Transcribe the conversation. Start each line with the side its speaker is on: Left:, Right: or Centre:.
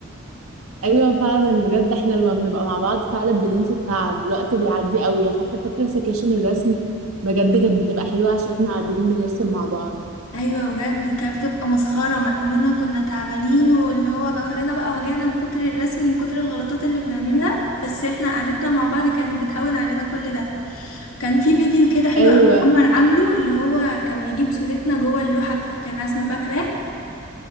Right: أيوة فعلا بجد احنا لما بنبقى مع بعض فعلا بننسى التعب الوقت بيعدي قوي حتى فاكرة سكاشن الرسم بجد كانت بتبقى حلوة عشان احنا قاعدين بنرسم مع بعض
Left: ايوه بجد كانت بتبقى مسخره مع اننا كنا تعبانين واللي هو ظهرنا بقى وجعنا من كتر الرسم ومن كتر الغلطات اللي بنعملها بس احنا قعدتنا مع بعض كانت بتهون علينا كل ده كان في فيديو كده حلو
Right: أيوة
Left: قوي عمر عامله اللي هو كان بيجيب صورتنا جوه اللوحه بتاعت الرسم فاكره